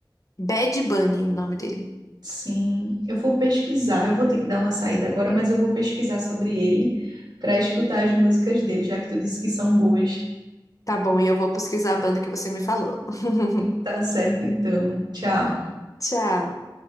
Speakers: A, on the left (about 45°); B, on the right (about 55°).
A: Bad Bunny, o nome dele.
B: Sim, eu vou pesquisar. Eu vou ter que dar uma saída agora, mas eu vou pesquisar sobre ele para escutar as músicas dele, já que tu disse que são boas.
A: Tá bom, e eu vou pesquisar a banda que você me falou. <laughs>
B: Tá certo, então. Tchau.
A: Tchau.